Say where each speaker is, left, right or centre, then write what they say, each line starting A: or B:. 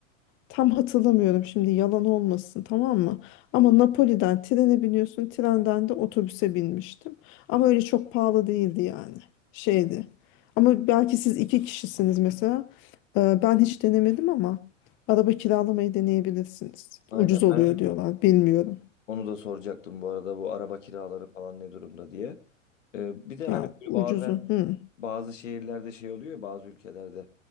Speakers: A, on the left; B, on the left.
A: Tam hatırlamıyorum şimdi yalan olmasın tamam mı? Ama Napoli'den trene biniyorsun, trenden de otobüse binmiştim. Ama öyle çok pahalı değildi yani. Şeydi. Ama belki siz iki kişisiniz mesela. Ee, ben hiç denemedim ama araba kiralamayı deneyebilirsiniz.
B: Aynen.
A: Ucuz oluyor
B: Ben hep
A: diyorlar. Bilmiyorum.
B: onu da soracaktım bu arada bu araba kiraları falan ne durumda diye. Ee, bir de
A: Ya
B: hani böyle
A: ucuzu.
B: bazen
A: Hı
B: bazı şehirlerde şey oluyor ya bazı ülkelerde